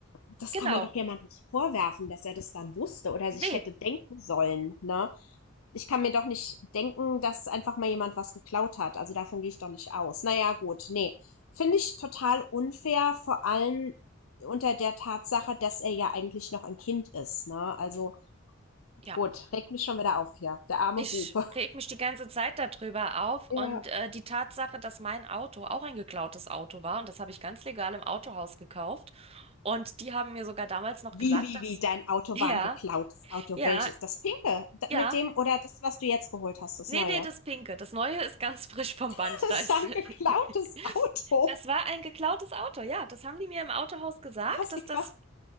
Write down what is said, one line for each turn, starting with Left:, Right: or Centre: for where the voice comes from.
Left: das
Right: genau.
Left: kann man doch jemandem nicht vorwerfen, dass er das dann wusste oder
Right: Nee,
Left: sich hätte denken sollen, ne? Ich kann mir doch nicht denken, dass einfach mal jemand was geklaut hat. Also davon gehe ich doch nicht aus. Naja, gut, nee. Finde ich total unfair, vor allem unter der Tatsache, dass er ja eigentlich noch ein Kind ist, ne? Also
Right: ja.
Left: gut, regt mich schon wieder auf hier. Der arme
Right: Ich
Left: Bube.
Right: reg mich die ganze Zeit darüber auf
Left: Ja,
Right: und äh, die Tatsache, dass mein Auto auch ein geklautes Auto war und das habe ich ganz legal im Autohaus gekauft. Und die haben mir sogar damals noch
Left: Wie,
Right: gesagt,
Left: wie,
Right: dass,
Left: wie, dein Auto
Right: ja,
Left: war ein geklautes Auto.
Right: ja,
Left: Welches? Das pinke? Da-
Right: Ja,
Left: Mit dem, oder das, was du jetzt geholt hast, das
Right: nee,
Left: neue.
Right: nee, das Pinke. Das Neue ist ganz frisch vom
Left: <laughs>
Right: Band.
Left: Das
Right: Da ist
Left: war ein geklautes
Right: <laughs>
Left: Auto.
Right: das war ein geklautes Auto. Ja, das haben die mir im Autohaus gesagt,
Left: Was,
Right: dass
Left: wie
Right: das
Left: krass.